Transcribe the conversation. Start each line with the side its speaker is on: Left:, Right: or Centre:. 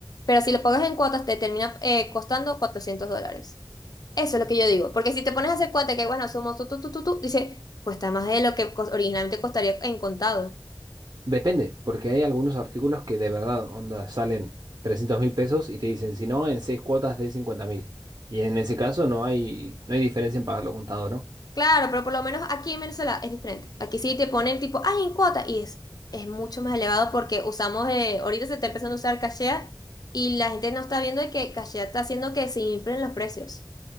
Left: pero si lo pagas en cuotas te termina eh, costando 400 dólares. Eso es lo que yo digo, porque si te pones a hacer cuenta que, bueno, somos tú, tú, tú, tú, tú, dice, cuesta más de lo que cos- originalmente costaría en contado.
Right: Depende, porque hay algunos artículos que de verdad, onda, salen trescientos mil pesos y te dicen, si no, en seis cuotas de cincuenta mil. Y en ese caso no hay, no hay diferencia en pagarlo contado, ¿no?
Left: Claro, pero por lo menos aquí en Venezuela es diferente. Aquí sí te ponen tipo, ay, en cuota, y es, es mucho más elevado porque usamos, eh, ahorita se está empezando a usar cachea y la gente no está viendo de que cachea está haciendo que se inflen los precios.